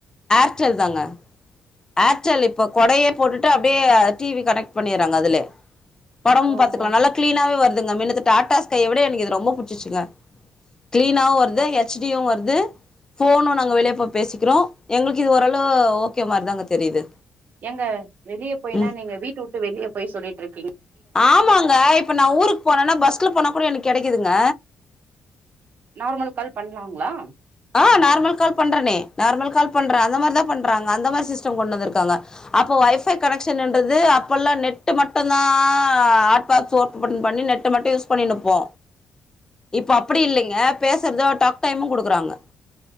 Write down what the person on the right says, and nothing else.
ஓ
ஓ
ஓ
ஏங்க வெளிய போய்னா
நீங்க வீட்ட வுட்டு வெளிய போய் சொல்லிட்ருக்கீங்க
நார்மல் கால் பண்வாங்களா